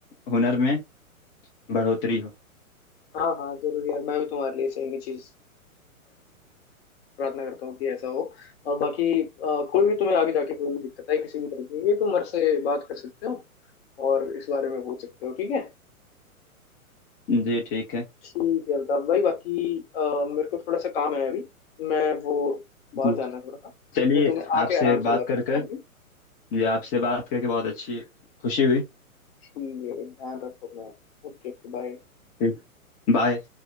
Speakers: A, on the left (about 20°); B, on the left (about 45°).
A: हुनर में बढ़ोतरी हो
B: हाँ हाँ जरूर यार मैं भी तुम्हारे लिए सेम ही चीज़ अ, प्रार्थना करता हूँ कि ऐसा हो और बाकी अ, कोई भी तुम्हें आगे जाके कोई भी दिक्कत है किसी भी तरीके की तुम मेरे से बात कर सकते हो और इस बारे में पूछ सकते हो ठीक है
A: जी ठीक है
B: ठीक है अल्ताफ भाई बाकी अ, मेरे को थोड़ा सा काम है अभी मैं वो बाहर
A: जी
B: जाना है थोड़ा सा
A: चलिए
B: मैं तुम्हें आके
A: आपसे
B: आराम से
A: बात
B: बात
A: कर
B: करता
A: कर
B: हूँ
A: जी आपसे बात करके बहुत अच्छी खुशी हुई
B: ठीक है ध्यान रखो अपना Okay okay bye
A: जी बाय